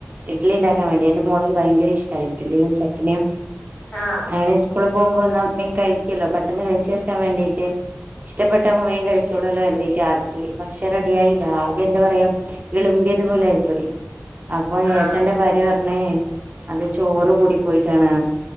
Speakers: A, on the right; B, on the left.
A: ഇഡ്ലി ഇണ്ടാക്കാൻ വേണ്ടി എന്റെ മോള്ക്ക് ഭയങ്കര ഇഷ്ടാ ഇഡ്ലിയും ചട്നിയും
B: ആ
A: അങ്ങനെ സ്കൂള് പോകുമ്പോൾന്നാ മേം കഴിക്കല്ലോ പെട്ടെന്ന് കഴിച്ച് തിർക്കാൻ വേണ്ടീട്ട് ഇഷ്ടപ്പെട്ടത് ആവുമ്പോ മേം കഴിച്ചോളല്ലോ കരുതീട്ട് ആക്കി പക്ഷെ റെഡിയായില്ല ആകെ എന്താ പറയാ ഇളുംമ്പിയത് പോലെ ആയി പോയി അപ്പൊ
B: ആ
A: ഏട്ടന്റെ
B: അത് ശരി
A: ഭാര്യ പറഞ് അത് ചോറും കൂടി പോയിട്ടാണ്